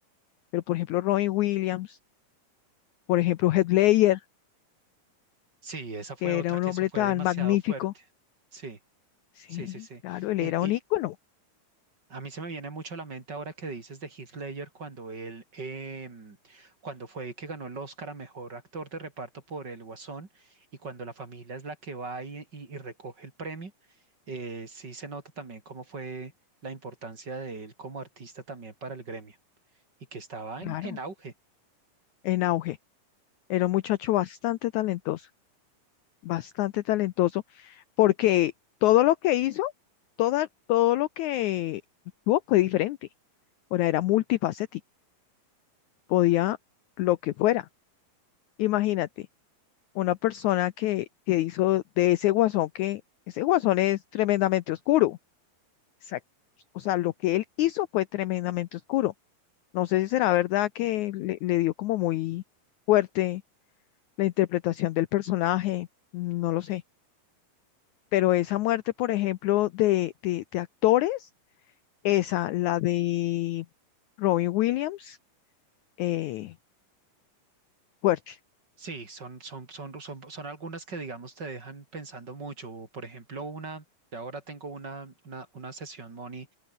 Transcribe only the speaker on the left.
pero, por ejemplo, Robin Williams Por ejemplo, Heath Ledger,
que
era un
hombre
tan
magnífico.
Sí,
claro, él
era un
ícono,
claro,
en auge. Era un muchacho bastante talentoso, bastante talentoso, porque todo lo que hizo, toda, todo lo que actuó fue diferente. Ahora era multifacético, podía lo que fuera. Imagínate, una persona que, que hizo de ese guasón que, ese guasón es tremendamente oscuro. Exacto. O sea, lo que él hizo fue tremendamente oscuro. No sé si será verdad que le, le dio como muy fuerte la interpretación del personaje, no lo sé. Pero esa muerte, por ejemplo, de, de, de actores, esa, la de Robin Williams, eh, fuerte.